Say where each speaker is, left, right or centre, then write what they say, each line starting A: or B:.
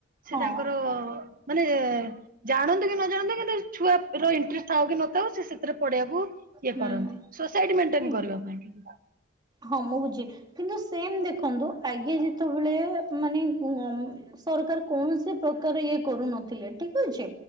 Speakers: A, on the right (about 45°); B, on the right (about 20°).
A: ସେ
B: ହଁ
A: ତାଙ୍କର ମାନେ ଜାଣନ୍ତୁ କି ନ ଜାଣନ୍ତୁ କିନ୍ତୁ ଛୁଆର ଇଣ୍ଟ୍ରେଷ୍ଟ ଥାଉ କି ନଥାଉ ସେ ସେଥିରେ ପଢେଇଆକୁ ଇଏ
B: ହୁଁ
A: କରନ୍ତି ସୋସାଇଟି ମେଣ୍ଟେନ
B: ନାଇଁ
A: କରିବା ପାଇଁ କି ନା।
B: ହଁ ମୁଁ ବୁଝିଲି କିନ୍ତୁ ସେମ ଦେଖନ୍ତୁ ଆଗେ ଯେତେବେଳେ ମାନେ ସରକାର କୌଣସି ପ୍ରକାର ଇଏ କରୁନଥିଲେ ଠିକ ଅଛି